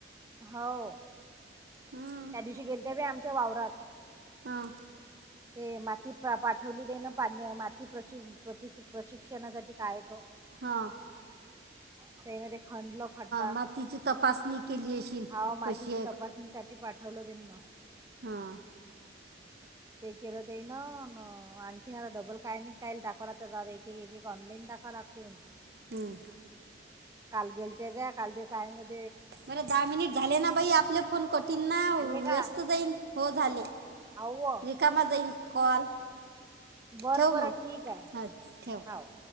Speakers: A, on the right; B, on the right.
A: हव
B: हं
A: त्या दिवशी गेलते बी आमच्या वावरात.
B: हा.
A: ते माती पाठवली दे न, पान्य माती प्रशिग प्रतीक प्रशिक्षणासाठी काय तो?
B: हा.
A: <unintelligible> त्यामध्ये खंणलं खड्डा
B: मातीची तपासणी केली अशीन
A: हाव मातीची
B: कशी
A: तपासणीसाठी पाठवलं. <unintelligible>
B: हा.
A: ते केलं ते न न आणखीन आता डबल काय नी काय दाखवला एक एक एक ऑनलाईन दव <unintelligible> लागते म्हणती.
B: हम्म.
A: काल गेलतेे ग काल ते काय म्हणत
B: बरं दहा मिनिट झाले ना, बाई आपले फोन कठींना
A: झाले का
B: व्यस्त जाईन हो झाले.
A: हाव
B: रिकामाजइन कॉल.
A: बरबर
B: ठेव मग
A: ठीक हाय
B: हां ठेव
A: हाव.